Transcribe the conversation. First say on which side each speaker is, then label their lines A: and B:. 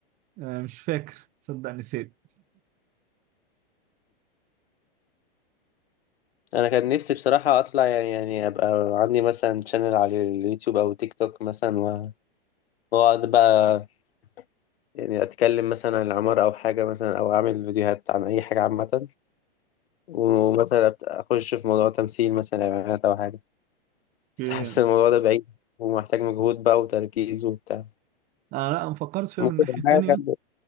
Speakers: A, on the right (about 25°); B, on the left (about 80°).
A: آه، مش فاكر صدق نسيت
B: أنا كان نفسي بصراحة أطلع يعني يعني أبقى عندي مثلا شانل على اليوتيوب أو تيك توك مثلا و- وأقعد بقى يعني أتكلم مثلا عن العمارة أو حاجة مثلا أو أعمل فيديوهات عن أي حاجة عامة ومثلا أبت- اخش في موضوع تمثيل مثلا اعلانات او حاجه بس
A: اوكي
B: حاسس الموضوع ده بعيد ومحتاج مجهود بقى وتركيز وبتاع
A: انا لا انا فكرت فيها
B: ممكن
A: من ناحية
B: يبقى
A: تانية
B: حاجة جنب-